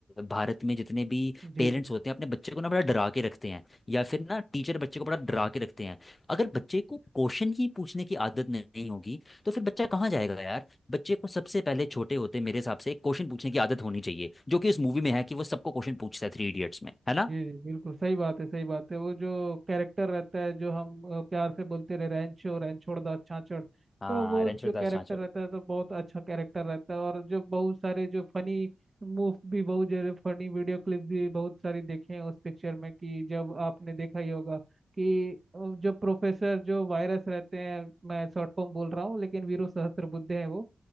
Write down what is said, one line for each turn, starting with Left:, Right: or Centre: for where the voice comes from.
Left: भारत में जितने भी
Right: जी
Left: पेरेंट्स
Right: जी
Left: होते हैं अपने बच्चे को ना बड़ा डरा के रखते हैं या फिर ना टीचर बच्चे को बड़ा डरा के रखते हैं अगर बच्चे को क्वेश्चन ही पूछने की आदत नहीं होगी तो फिर बच्चा कहाँ जाएगा यार बच्चे को सबसे पहले छोटे होते मेरे हिसाब से क्वेश्चन पूछने की आदत होनी चाहिए जो कि इस मूवी में है कि वो सबको क्वेश्चन पूछता है थ्री इडियट्स में
Right: जी
Left: है ना
Right: जी बिल्कुल सही बात है सही बात है वो जो कैरेक्टर रहता है जो हम अ, प्यार से बोलते रहे रैंचो रैंचोड़ दास छाछड़
Left: हाँ
Right: तो वो
Left: रणछोड़
Right: जो
Left: दास
Right: कैरेक्टर
Left: छाछोड़
Right: रहता है तो बहुत अच्छा कैरेक्टर रहता है और जो बहुत सारे जो फनी मूव भी बहुत जरूर फनी वीडियो क्लिप भी बहुत सारी देखे हैं उस पिक्चर में कि जब आपने देखा ही होगा कि अ, जो प्रोफेसर जो वायरस रहते हैं मैं शॉर्ट फॉर्म बोल रहा हूँ लेकिन वीरू सहस्त्रबुद्धे हैं वो